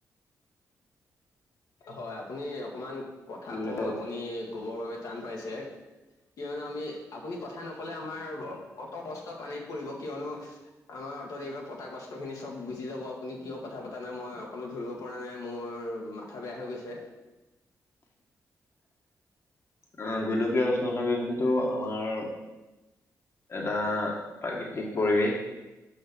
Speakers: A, on the left; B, on the left.
A: হয় আপুনি অকমান কথা
B: গোলকীয়
A: কওক আপুনি। ক'বৰ বাবে টান পাইছে। কিয়নো আমি, আপুনি কথা নকলে আমাৰ অত কষ্ট পানীত পৰিব কিয়নো আ। অটত এইবাৰ পতা কষ্ট খিনি চব গুচি যাব, আপুনি কিয় কথা পতা না মই অকণো ধৰিব পৰা নাই মোৰ। মাথা বেয়া হৈ গৈছে।
B: আহ, গোলকীয় উষ্ণতাবৃদ্ধটো আমাৰ। এটা প্ৰাকৃতিক পৰিৱেশ।